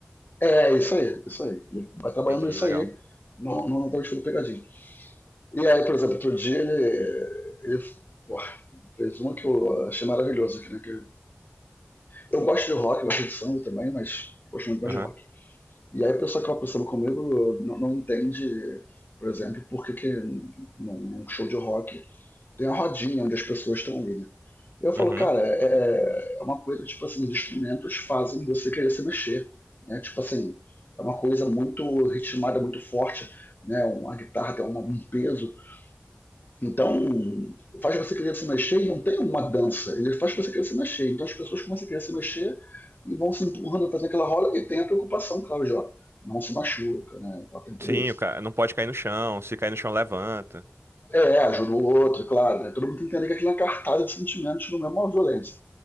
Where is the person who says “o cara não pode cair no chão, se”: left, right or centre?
Right